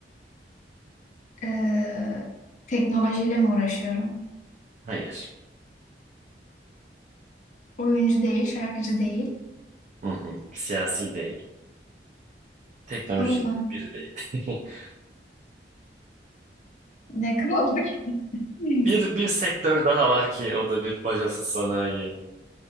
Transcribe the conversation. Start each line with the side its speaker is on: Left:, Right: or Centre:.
Left: Ee, teknolojiyle mi uğraşıyorum?
Right: Hayır.
Left: Oyuncu değil, şarkıcı değil.
Right: Hı hı. Siyasi değil. Teknolojik
Left: Allah
Right: biri değil. <laughs>
Left: ne kaldı? ki? <laughs>
Right: Bir bir sektör daha var ki o da bir bacasız sanayi.